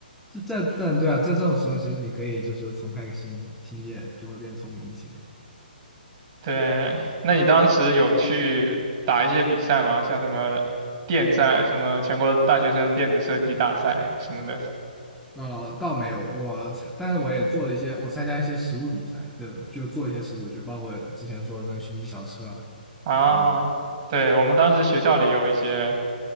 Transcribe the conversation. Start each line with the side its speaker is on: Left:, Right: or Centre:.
Centre: 这在在对啊，在这种时候，其实你可以就是重开个新新业，就会变聪明一些。
Right: 对，那你当时有去打一些比赛吗？像什么电赛、什么全国大学生电子设计大赛什么的
Centre: 呃，倒没有，我参，但是我也做了一些，我参加一些实物比赛，就就做一些实物，就包括之前说的那个寻迹小车啊
Right: 啊？
Centre: 嗯，
Right: 对，我们当时学校里有一些